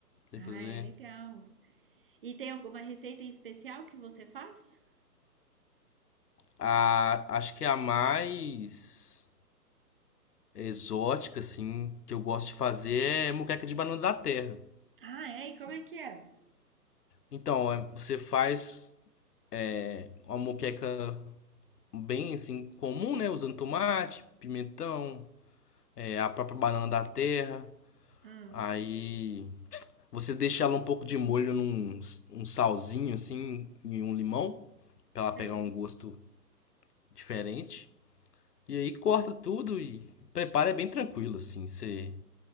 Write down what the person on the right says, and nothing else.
Ai,
legal. E tem alguma receita em especial que você faz?
Ah, é? E como é que é?
Ah,
sei.